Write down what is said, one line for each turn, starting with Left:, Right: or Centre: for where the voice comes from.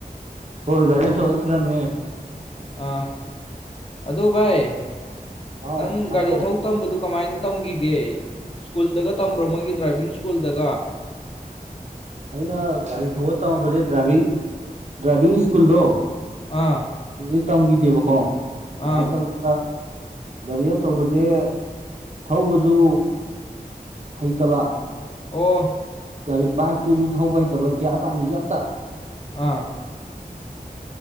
Right: ꯍꯣꯏ ꯒꯥꯔꯤ ꯑꯆꯧꯕꯗ ꯊꯤꯜꯂꯝꯃꯦ
Left: ꯑ ꯑꯗꯣ ꯚꯥꯏ
Right: ꯑꯥꯎ
Left: ꯅꯪ
Right: ꯍꯥꯏꯌꯣ
Left: ꯒꯥꯔꯤ ꯊꯧ ꯇꯝꯕꯗꯨ ꯀꯃꯥꯏꯅ ꯇꯝꯒꯤꯒꯦ ꯁ꯭ꯀꯨꯜꯗꯒ ꯇꯝꯕ꯭ꯔꯣ ꯃꯣꯏꯒꯤ ꯗ꯭ꯔꯥꯏꯕꯤꯡ ꯁ꯭ꯀꯨꯜꯗꯒ
Right: ꯑꯩꯅ ꯒꯥꯔꯤ ꯊꯧꯕ ꯇꯝꯃꯛꯄꯖꯦ ꯗ꯭ꯔꯥꯏꯚꯤꯡ ꯗ꯭ꯔꯥꯏꯚꯤꯡ ꯁ꯭ꯀꯨꯜꯗꯣ
Left: ꯑꯥ
Right: ꯗꯨꯗꯩ ꯇꯝꯒꯤꯗꯦꯕꯀꯣ ꯀꯃꯥꯏꯅ
Left: ꯑꯥ
Right: ꯇꯧ ꯑ ꯒꯥꯔꯤ ꯑꯆꯧꯕꯖꯦ ꯊꯧꯕꯖꯨ ꯍꯩꯇꯕ
Left: ꯑꯣ
Right: ꯒꯥꯔꯤ ꯕꯥꯏꯛꯇꯨꯖꯨ ꯊꯧꯕ ꯍꯩꯇꯕ ꯒꯤꯌꯥꯔ ꯄꯥꯟꯕꯤꯖꯦ ꯑꯝꯇ
Left: ꯑꯥ